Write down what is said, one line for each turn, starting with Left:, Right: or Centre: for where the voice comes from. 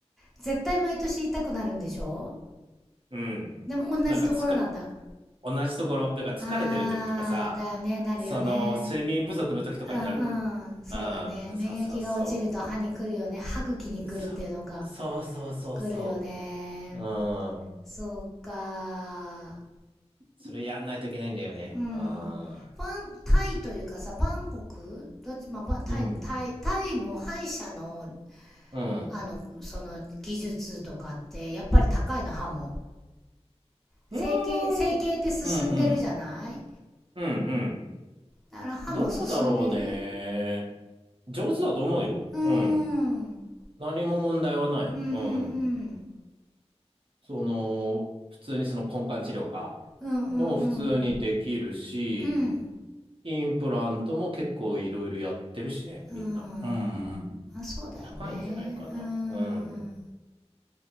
Centre: 絶対毎年痛くなるんでしょ
Right: うん。うん。
Centre: でも同じところなんだ。
Right: なんかつか、同じところ、だから疲れてる時とかさ、
Centre: あー、だよね、なるよね。
Right: その、睡眠不足の時とかになるのよ。
Centre: うんうん、そうだね。
Right: う
Centre: 免疫が落ちると歯に来るよね。
Right: ん。そうそうそ
Centre: 歯茎に来るっていうのか。
Right: う。そ、そうそうそうそ
Centre: 来るよね。
Right: う。うん。
Centre: そうか。
Right: それやんないといけないんだよね。
Centre: うん。
Right: うん。
Centre: バン、タイというかさ、バンコクどっち、まあ、ばタイ、
Right: うん。
Centre: タイ、タイの歯医者の
Right: うん。
Centre: あの、その技術とかって、やっぱり高いの、歯も。整形、
Right: うーん。
Centre: 整形って進んでるじゃない
Right: うんうん。うんうん。
Centre: だから歯も進んでる
Right: どうだろうね。上手だと思うよ。
Centre: うーん。
Right: うん。
Centre: うん
Right: 何も問題はない。
Centre: うんう
Right: うん。
Centre: ん。
Right: その、普通にその根幹治療か、
Centre: うんうんうん。
Right: もう普通にできるし、
Centre: うん。
Right: インプラントも結構いろいろやってるしね、
Centre: うん。
Right: みんな。うんうん。
Centre: まあそうだよね。
Right: 高いんじゃないかな。
Centre: うーん。
Right: うん。